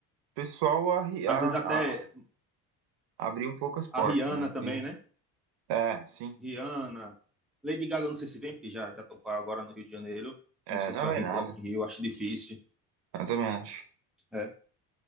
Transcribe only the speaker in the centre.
às
vezes até
a Rihanna
também, né?
Rihanna, Lady Gaga, não sei se vem, porque já, já tocou agora no Rio de Janeiro.
Não sei
se vai
vir
pro Rock in Rio, acho difícil.
É.